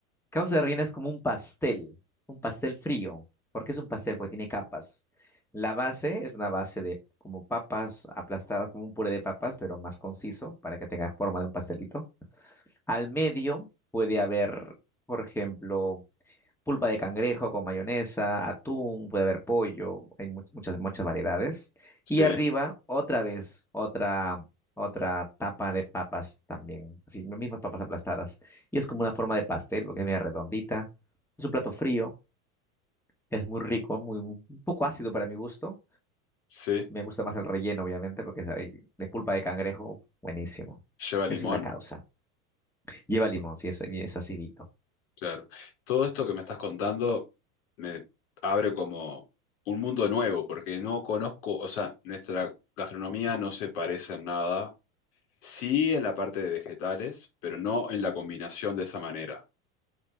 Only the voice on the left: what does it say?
sí,
sí,
lleva limón,
claro. Todo esto que me estás contando me abre como un mundo nuevo, porque no conozco, o sea, nuestra gastronomía no se parece en nada, sí en la parte de vegetales, pero no en la combinación de esa manera.